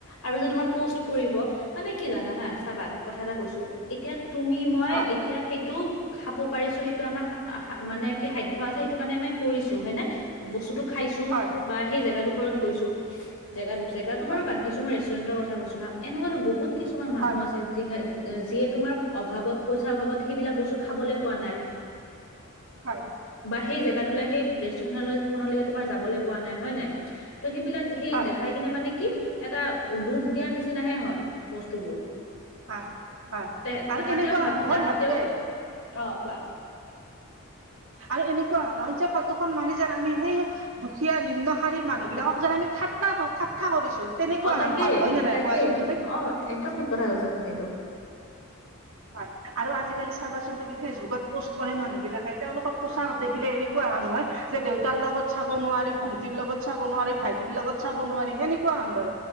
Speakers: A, on the left; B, on the right.
A: আৰু যে তোমাৰ পোষ্ট কৰিব। মানে কি জানা হা চাবা কথা এটা কৈছো, এতিয়া তুমি মই
B: কোৱা
A: এতিয়া সেইটো খাব পাৰিছোঁ সেইটো আমাৰ মানে কি সাধ্য আছে সেইটো কাৰণে আমি কৰিছোঁ, হয়নে। বস্তুটো খাইছোঁ
B: হয়
A: বা সেই জেগাটো ঘৰত গৈছোঁ। জেগাত জেগাতো
B: হয়
A: বাৰু বাদ দিছো মই ৰেষ্টুৰেন্টৰ ক যোৱা এনেকুৱাতো বহুত কিছুমান মানুহ
B: হয়
A: আছে যিহে যিয়ে তোমাৰ অভাৱত পইচাৰ অভাৱত সেইবিলাক বস্তু খাবলৈ পোৱা নাই।
B: হয়
A: বা সেই জেগাটোলে সেই ৰেষ্টুৰেন্টখনলৈ খনলে তোমাৰ যাবলৈ পোৱা নাই হয় নাই। ত' সেইবিলাক সেই
B: হয়
A: দেখা মানে কি এটা লোভ দিয়াৰ নিচিনাহে হয় বস্তুবোৰ।
B: হয় হয়
A: ত'
B: আৰু
A: তাহাতেও
B: এনেকুৱা
A: ভাবে
B: হন মই
A: তাহাতেও
B: ভাবো দেই
A: অহ' কোৱা
B: আৰু এনেকুৱা ধৰণৰ যে ফটোখন মাৰি যেন আমি, সেই দুখীয়া নিম্ন শাৰীৰ মানুহ বিলাকক আমি ঠাট্টা, ঠাট্টা কৰিছোঁ। তেনেকুৱা
A: অ', তাকে
B: হান ভাৱ হয় নে নহয়,
A: তাকে
B: কোৱাচোন তুমি?
A: অ একদম ঠিক কথা কৈছা তুমি এইটো
B: হয়। আৰু আজিকালি চাবাচোন তুমি ফেচবুকত প'ষ্ট কৰে মানুহবিলাকে। তেওঁলোকক পোছাক দেখিলে এনেকুৱা হেন হয়, যে দেউতাৰ লগত চাব নোৱাৰি, ভণ্টিৰ লগত চাব নোৱাৰি, ভাইটি লগত চাব নোৱাৰি সেনেকুৱা হান।